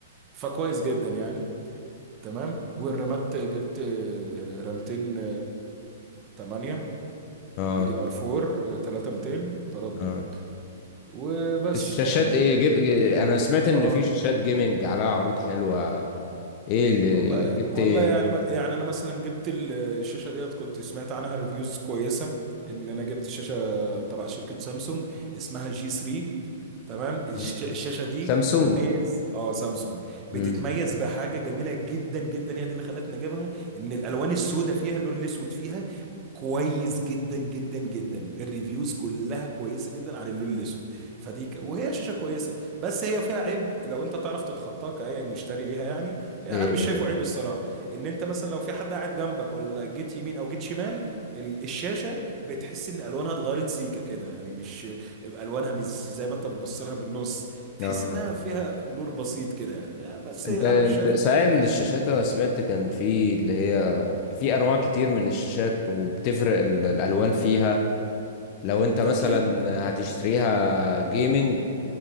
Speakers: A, on the right; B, on the left.
A: فكويس جدا يعني تمام والرامات جبت آه، رامتين 8
B: اه
A: دي دي ار 4 3200 تردد
B: اه
A: وبس
B: الشاشات
A: يعني
B: ايه جبت انا سمعت ان
A: اه
B: في شاشات جيمنج عليها عروض حلوة ايه اللي
A: والله
B: جبت
A: والله
B: ايه
A: يعني يعني انا مثلا جبت الشاشه ديت كنت سمعت عنها ريفيوز كويسه ان انا جبت شاشه تبع شركه سامسونج اسمها جي 3 تمام الش-
B: ج...
A: الشاشه دي
B: سامسونج
A: بتتميز اه سامسونج بتتميز
B: امم
A: بحاجه جميله جدا جدا هي دي اللي خلتنا نجيبها ان الالوان السوداء فيها اللون الاسود فيها كويس جدا جدا جدا الريفيوز كلها كويسه جدا على اللون الاسود فدي ك... وهي شاشه كويسه بس هي فيها عيب لو انت تعرف تتخطاه كأي مشتري ليها يعني انا
B: ايه
A: مش
B: ده
A: شايفه
B: إيه؟
A: عيب الصراحه ان انت مثلا لو في حد قاعد جنبك ولا جيت يمين او جيت شمال ال- الشاشه بتحس ان الوانها اتغيرت سيكه كده يعني مش يبقى الوانها مش زي ما انت بتبص لها بالنص بتحس
B: اه
A: انها فيها بلور بسيط كده يعني آه، بس
B: انت
A: انا
B: انت
A: مش شايف
B: سائل الشاشات انا سمعت كان في اللي هي في انواع كتير من الشاشات وبتفرق ال- الالوان فيها لو انت
A: ده
B: مثلا
A: اكيد
B: هتشتريها جيمنج